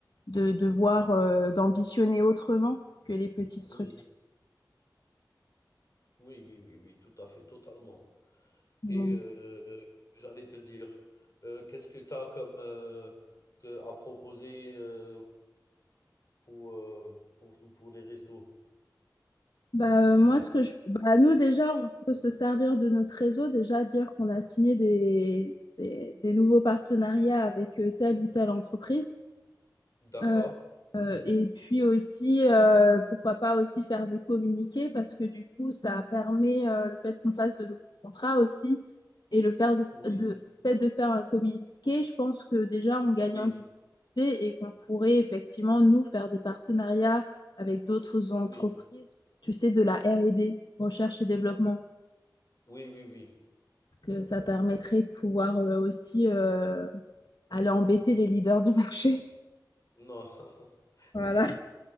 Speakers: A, on the left; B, on the left.
A: de, de voir, euh, d'ambitionner autrement que les petites structures.
B: Oui. Oui, oui, oui, oui, tout à fait, totalement
A: Ouais.
B: et heu, j'allais te dire, heu, qu'est-ce que tu as comme, heu, que à proposer, heu, pour, heu, pour pour les restos?
A: Bah, euh, moi, ce que je... bah, nous, déjà, on peut se servir de notre réseau, déjà dire qu'on a signé des, des, des nouveaux partenariats avec euh, telle ou telle entreprise.
B: D'accord.
A: Euh, euh, et puis aussi, euh, pourquoi pas aussi faire des communiqués parce que du coup, ça permet euh, le fait qu'on fasse de nouveaux contrats aussi et le faire de,
B: Oui,
A: de- le fait de faire un communiqué, je pense que déjà on gagne
B: oui,
A: en visibilité et qu'on pourrait effectivement nous faire des partenariats avec d'autres entreprises,
B: oui.
A: tu sais, de la R&D, recherche et développement,
B: Oui, oui, oui.
A: que ça permettrait de pouvoir euh, aussi euh, aller embêter les leaders du marché. <laughs>
B: Non. <laughs>
A: Voilà.